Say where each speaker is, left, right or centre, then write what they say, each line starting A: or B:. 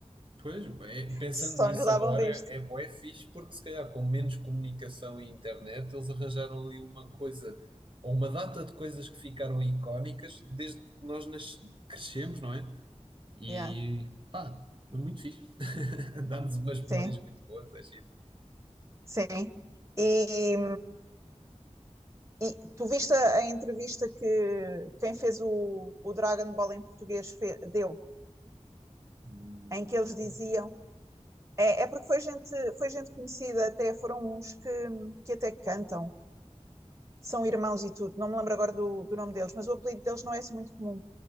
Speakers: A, on the right; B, on the right.
A: Pois, bem, pensando
B: que só
A: nisso
B: nos davam
A: agora,
B: disto.
A: é bué fixe, porque se calhar com menos comunicação e internet, eles arranjaram ali uma coisa, ou uma data de coisas que ficaram icónicas desde que nós nas- crescemos, não é? E
B: Yeah.
A: pá, foi muito fixe. <laughs> Dá-nos umas memórias
B: Sim,
A: muito boas, é giro.
B: sim. E E tu viste a, a entrevista que quem fez o, o Dragon Ball em português fe- deu,
A: Hum,
B: em que
A: Não.
B: eles diziam.
A: O
B: É, é porque foi gente, foi gente conhecida, até foram uns que, que até cantam, são irmãos e tudo. Não me lembro agora do, do nome deles, mas o apelido deles não é assim muito comum.